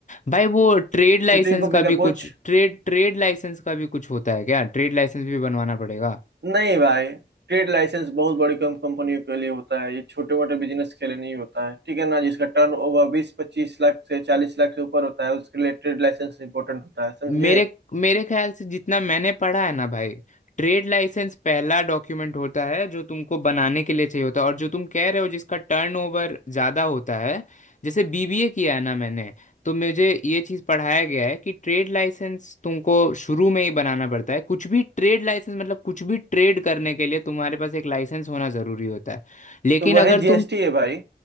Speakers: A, on the left (about 45°); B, on the right (about 80°).
A: भाई वो ट्रेड लाइसेंस
B: शिपिंग कंपनी
A: का
B: का
A: भी
B: कुछ
A: कुछ ट्रेड ट्रेड लाइसेंस का भी कुछ होता है क्या ट्रेड लाइसेंस भी बनवाना पड़ेगा
B: नहीं भाई ट्रेड लाइसेंस बहुत बड़ी कम कंपनियों के लिए होता है ये छोटे मोटे बिजनेस के लिए नहीं होता है ठीक है ना जिसका टर्न ओवर बीस पच्चीस लाख से चालीस लाख से ऊपर होता है उसके लिए ट्रेड लाइसेंस इंपॉर्टेंट होता है समझे
A: मेरे मेरे ख्याल से जितना मैंने पढ़ा है ना भाई ट्रेड लाइसेंस पहला डॉक्यूमेंट होता है जो तुमको बनाने के लिए चाहिए होता है और जो तुम कह रहे हो जिसका टर्नओवर ज़्यादा होता है जैसे बीबीए किया है ना मैंने तो मुझे ये चीज़ पढ़ाया गया है कि ट्रेड लाइसेंस तुमको शुरू में ही बनाना पड़ता है कुछ भी ट्रेड लाइसेंस मतलब कुछ भी ट्रेड करने के लिए तुम्हारे पास एक लाइसेंस होना ज़रूरी होता है लेकिन
B: तो वही
A: अगर
B: जीएसटी
A: तुम
B: है भाई